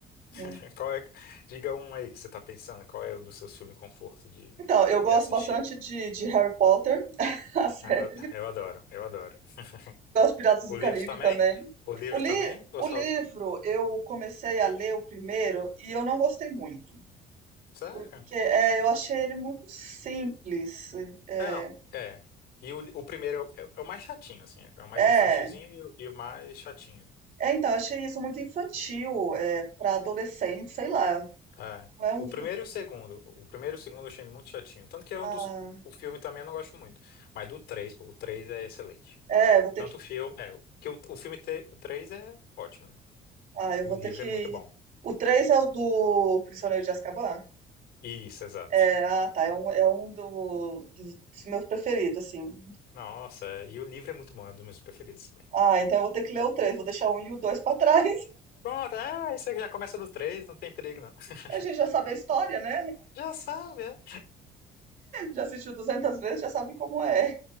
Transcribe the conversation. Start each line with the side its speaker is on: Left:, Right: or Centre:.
Right: né?
Left: <laughs> Qual é, diga um aí que você tá pensando, qual é o dos seus filmes conforto de
Right: Então, eu gosto
Left: reassistir?
Right: bastante de, de Harry Potter, <laughs> a série.
Left: Ah, eu, eu adoro, eu adoro. <laughs>
Right: Os Piratas
Left: O
Right: do
Left: livro
Right: Caribe
Left: também?
Right: também.
Left: O livro
Right: O, li-
Left: também? Ou
Right: o
Left: só...
Right: livro, eu comecei a ler o primeiro e eu não gostei muito,
Left: Sério?
Right: porque é, eu achei ele muito simples. É,
Left: É, não, é. E o, o primeiro é, o é é o mais chatinho, assim. É o mais
Right: é,
Left: infantilzinho e o, e o mais chatinho.
Right: é,
Left: O-
Right: então, eu achei isso muito infantil, é, para adolescente, sei lá.
Left: É.
Right: Não É, um,
Left: O
Right: um-
Left: primeiro e o segundo. O primeiro e o segundo eu achei muito chatinho. Tanto que é
Right: ah,
Left: um dos. O filme também eu não gosto muito. Mas do três, pô, o três é excelente.
Right: é, vou ter
Left: Tanto
Right: que,
Left: o filme. É, que o, o filme te, o três é ótimo, né?
Right: ah, eu
Left: O
Right: vou
Left: livro
Right: ter que.
Left: é muito bom.
Right: O três é o do Prisioneiro de Azkaban?
Left: Isso, exato.
Right: É, ah, tá, é um, é um do- dos, dos meus preferidos, assim.
Left: Nossa, é, e o livro é muito bom, é um dos meus preferidos também.
Right: Ah, então eu vou ter que ler o três vou deixar o um e o 2 pra trás.
Left: Pronto, é, isso aí já começa do três, não tem perigo, não. <laughs>
Right: A gente já sabe a história, né?
Left: Já sabe, é.
Right: Já assistiu 200 vezes, já sabe como é.